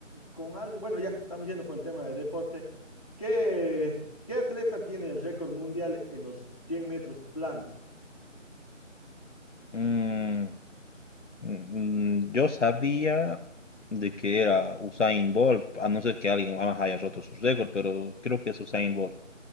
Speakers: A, on the left; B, on the left.
A: con algo, bueno, ya estamos yendo por el tema de deporte. ¿Qué, qué atleta tiene el récord mundial en los 100 metros planos?
B: Mm, mm, yo sabía de que era Usain Bolt, a no ser que alguien más haya roto su récord, pero creo que es Usain Bolt.